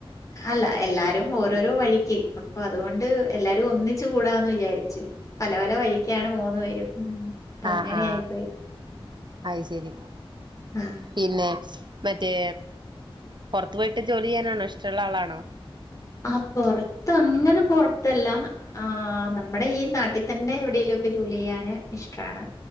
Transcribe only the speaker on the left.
അല്ല എല്ലാ രും ഓരോരോ വഴിക്ക് അപ്പൊ അതുകൊണ്ട് എല്ലാരും ഒന്നിച്ച് കൂടാന്ന് വിചാരി ച്ചു പല പല വഴിക്കാണ് മൂന്ന് പേരും ഉം അപ്പൊ
അങ്ങനെ
ആയിപ്പോയി
ആഹ്
ആ പൊറത്ത് ഒന്നിനും പൊറത്തല്ല ആ നമ്മുടെ ഈ നാട്ടിൽ തന്നെ എവിടേലുമൊക്കെ ജോലി ചെയ്യാന് ഇഷ്ടാണ്